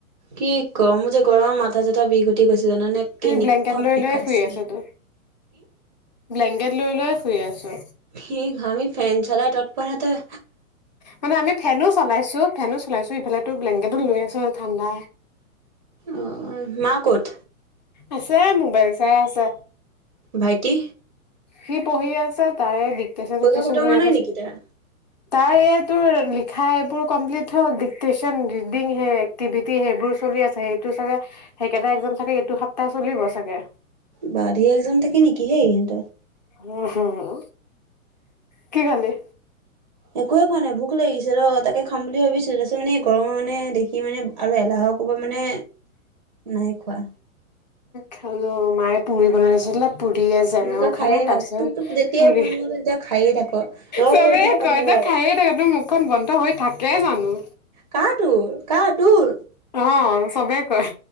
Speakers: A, on the right; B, on the left.
A: কি ক মোৰ যে গৰম মাথা চাথা বিষ উঠি গৈছে জানানে
B: আমি
A: কেনেকুৱা
B: ব্লেংকেট লৈ
A: বিষাইছে।
B: লৈ শুই আছো তো ব্লেংকেট লৈ লৈয়েই শুই আছো।
A: কি আমি ফেন চলাই তৎ পোৱা নাই, ত‌ই।
B: মানে আমি ফেনো চলাইছো, ফেনো চলাইছো ইফাল তো ব্লেংকেতো লৈ আছো ঠাণ্ডা।
A: উম মা ক'ত।
B: আছে মোবাইল চাই আছে।
A: ভাইটি।
B: সি পঢ়ি আছে তাৰে ডিক্টটেশ্যন
A: পৰীক্ষা
B: চিক্টেশচন
A: খতম
B: হৈ
A: হোৱা
B: আছে।
A: নাই নেকি তাৰ?
B: তাৰ এই তোৰ লিখা এইবোৰ কমপ্লিট হ'ল, ডিক্টেশচন ৰিডিং হে টিভিটি সেইবোৰ চলি আছে সেইটো চাগে সেইকেইটা এক্সাম চাগে এইটো সপ্তাহ চলিব চাগে।
A: বা ধেই এক্সাম থাকে নেকি সেই সিহঁত।
B: উম হম কি খালি।
A: একোৱে খোৱা নাই ভোক লাগিছে ৰ তাকে খাম বুলি ভাবিছো তাৰপিছত মানে গৰমৰ মানে দেখি মানে। আৰু এলাহৰ কোবত মানে নাই খোৱা।
B: খালো মায়ে পুৰি বনাইছিলে। পুৰি য়ে জেমেও
A: মানে তই
B: খালো
A: খায়ে
B: তাৰ
A: থাক
B: পিছত
A: তোক তোক যেতিয়াই
B: পুৰি
A: ফোন কৰোঁ তেতিয়া খায়ে থাক ৰ ৰ
B: চবেই
A: এইটো খাম
B: কয়
A: ৰ।
B: তাক খাই থাকে তোৰ মুখখন বন্ধ হৈ থাকে জানো।
A: কা তোৰ, কাৰ তোৰ,
B: অ চবে কয়